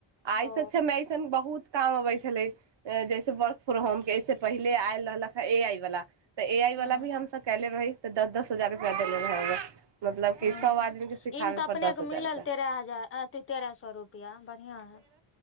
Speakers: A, on the right; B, on the left.
A: आइ
B: ओ
A: सक्षम एऐसन बहुत काम अबै छलै जैसे वर्क फर्म होम के ऐसे पहिले आयल रहलक ह ए आय बला तऽ ए आई
B: हूँ
A: वाला भी हमस कले रही त दस दस हजार रुपआ दे लेना रहा ओइमे मतलब
B: ह्म
A: कि सौ आदमीके सिखाबै
B: ईमे तऽ
A: पर
B: अपनेके
A: दस हजार
B: मिलल
A: रुपैआ
B: तेरह हजार अथी तेरह सए रुपैआ बढ़िआँ हइ